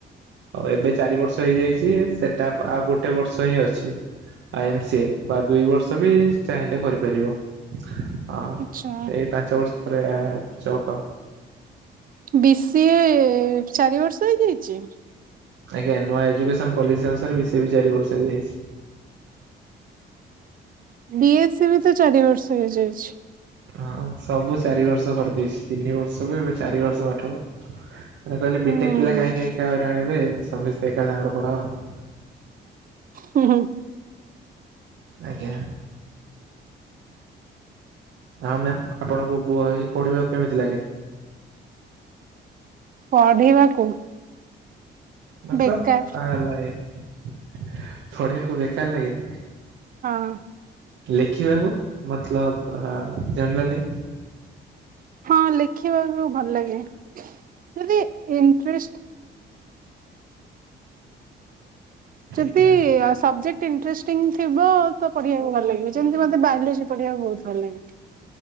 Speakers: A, on the right (about 75°); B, on the right (about 45°).
A: ଆଉ ଏବେ ଚାରି ବର୍ଷ ହେଇଯାଇଛି, ସେଟା ଆଉ ଗୋଟେ ବର୍ଷ ହିଁ ଅଛି। ଆ ଏମ ସି ଏ, ବା ଦୁଇ ବର୍ଷ ବି ଚାହିଁଲେ କରିପାରିବ। ହଁ
B: ଆଛା
A: ଏଇ ପାଞ୍ଚ ବର୍ଷ ପରେ ଜବ ଆଉ।
B: ବି ସି ଏ ଚାରି ବର୍ଷ ହେଇଯାଇଛି?
A: ଆଜ୍ଞା ନୂଆ ଏଜୁକେସନ ପଲିସି ଅନୁସାରେ ବି ସି ଏ ଚାରି ବର୍ଷ ହେଇଯାଇଛି।
B: ବି ଏ ସି ବି ତ ଚାରି ବର୍ଷ ହେଇଯାଇଛି।
A: ହଁ ସବୁ ଚାରି ବର୍ଷ କରିଦେଇଛି, ତିନି ବର୍ଷକୁ ଏବେ ଚାରି ବର୍ଷ ପାଠ ପଢ଼ା। ମାନେ କହିଲେ ବି
B: ହୁଁ
A: ଟେକ ପିଲା କାହିଁକି ଏକା ହଇରାଣ ହେବେ, ସମସ୍ତେ ଏକା ସାଙ୍ଗର ପଢ଼ ଆଉ।
B: ହୁଁ ହୁଁ।
A: ଆଜ୍ଞା। ଆଉ ମ୍ୟାମ ଆପଣଙ୍କୁ ବହି ପଢିବାକୁ କେମିତି ଲାଗେ?
B: ପଢିବାକୁ।
A: ମତଲବ
B: ବେକାର
A: ଆ ଲାଇ ପଢିବାକୁ ବେକାର ଲାଗେ।
B: ହଁ।
A: ଲେଖିବାକୁ ମତଲବ ଯେନରାଲି?
B: ହଁ ଲେଖିବାକୁ ଭଲ ଲାଗେ ଯଦି ଇଣ୍ଟରେଷ୍ଟ
A: ଆଜ୍ଞା
B: ଯଦି ସବଜେକ୍ଟ ଇଣ୍ଟରେଷ୍ଟିଂ ଥିବ ତ ପଢିବାକୁ ଭଲ ଲାଗିବ। ଯେମିତି ମୋତେ ବାଇଲୋଜି ପଢ଼ିବାକୁ ବହୁତ ଭଲ ଲାଗେ।